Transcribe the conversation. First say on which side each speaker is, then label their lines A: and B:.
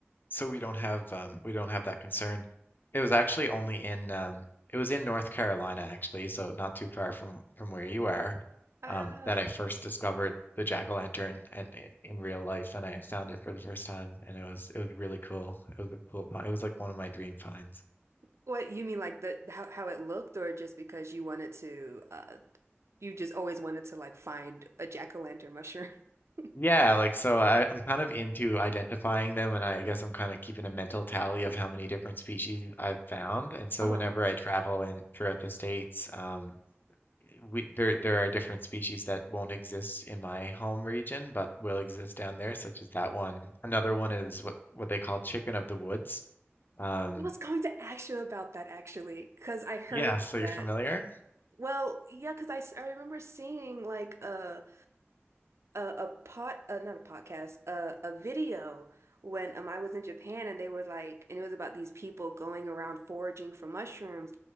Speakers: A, on the left (about 45°); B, on the right (about 80°).
A: so we don't have um, we don't have that concern. It was actually only in um, it was in North Carolina actually, so not too far from from where you are,
B: Oh.
A: um, that I first discovered the jack-o'-lantern and i- in real life, and I found it for the first time, and it was it was really cool. It was a cool find. It was like one of my dream finds.
B: What you mean like the how how it looked or just because you wanted to uh you just always wanted to like find a jack-o'-lantern mushroom? <laughs>
A: Yeah, like so I, I'm kind of into identifying them, and I guess I'm kind of keeping a mental tally of how many different species I've found. And so
B: Uh-huh.
A: whenever I travel in throughout the states, um, we there there are different species that won't exist in my home region but will exist down there such as that one another one is what what they call chicken of the woods um
B: I was going to ask you about that actually, because I heard
A: yeah
B: about
A: so you're
B: that.
A: familiar
B: Well, yeah, because I, s- I remember seeing like a. a, a pot uh, not a podcast a, a video when um, I was in Japan and they were like and it was about these people going around foraging for mushrooms